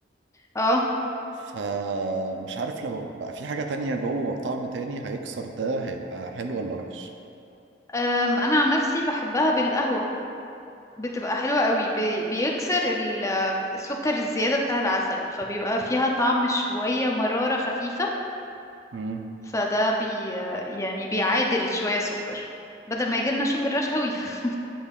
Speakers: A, on the left (about 15°); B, on the right (about 80°).
A: اه
B: فمش عارف لو بقى في حاجة تانية جوه طعم تاني هيكسر ده هيبقى حلو ولا وحش
A: أم، انا عن نفسي بحبها بالقهوة بتبقى حلوة قوي بي- بيكسر ال- السكر الزيادة بتاع العسل فبيبقى فيها طعم شوية مرارة خفيفة
B: امم
A: فده بي يعني بيعادل شوية السكر بدل ما يجيلنا شوجر رش قوي <laughs>